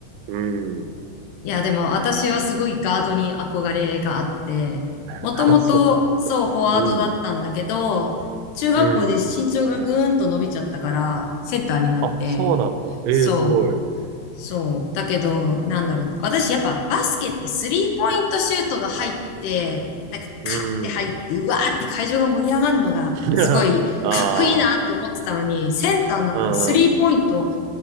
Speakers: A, on the right; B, on the left.
A: う。うん。
B: いや、でも私はすごいガードに憧れがあって、
A: <laughs>
B: もともとそう、
A: あ、そうなの。
B: フォワードだったんだけど、
A: うん。
B: 中学校で身長がぐーんと伸びちゃったから、
A: うん
B: センターになって、
A: あ、そうなんだ。ええー、
B: そう。
A: すごい。
B: そう。だけど、なんだろう。私やっぱバスケってスリーポイントシュートが入って、なんかカッて入って、
A: うん。
B: うわーって会場が盛り上がるのがすごいかっこいいなって思ってたのに、
A: <laughs> ああ、
B: センターになったらスリーポイント
A: うん、